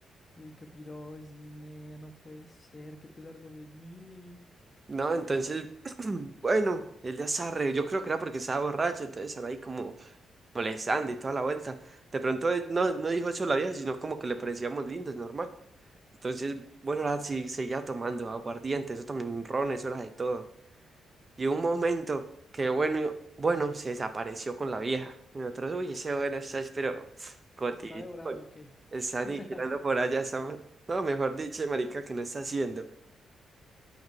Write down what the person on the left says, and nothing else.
Uy, qué piro es, nea, no puede ser, qué pesar de buenini.
¿Está devorando o qué?
<laughs>